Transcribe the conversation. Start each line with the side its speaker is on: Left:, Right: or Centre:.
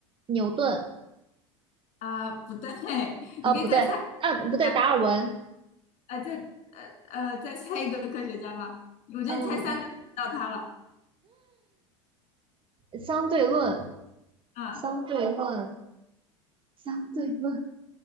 Right: 牛顿，
Left: 呃，不对，<laughs>
Right: 哦，
Left: 你可以再猜
Right: 不对，嗯，
Left: 一下。
Right: 不对，达尔文，
Left: 呃，再呃呃，再猜一个科学家吧。我觉得你猜三个就知道他了。
Right: 嗯、相对论，
Left: 嗯，
Right: 相对论，相对论，